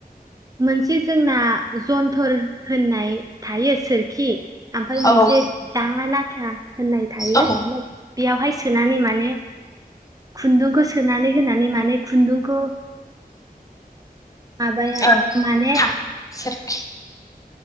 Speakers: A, on the right; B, on the left.
A: मोनसे जोंना जन्थर होननाय थायो सोरखि ओमफाय
B: औ
A: मोनसे दाङा नाथा होननाय थायो
B: औ
A: बेयावहाय सोनानै माने खुन्दुंखौ सोनानै होनानै माने खुन्दुंखौ माबाया
B: औ
A: माने
B: थां सोरखि